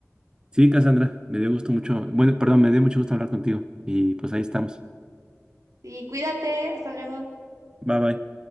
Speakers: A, on the right (about 15°); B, on the right (about 85°).
A: Sí, Cassandra, me dio gusto mucho, bueno, perdón, me dio mucho gusto hablar contigo y pues ahí estamos.
B: Sí, cuídate, hasta luego.
A: Bye bye.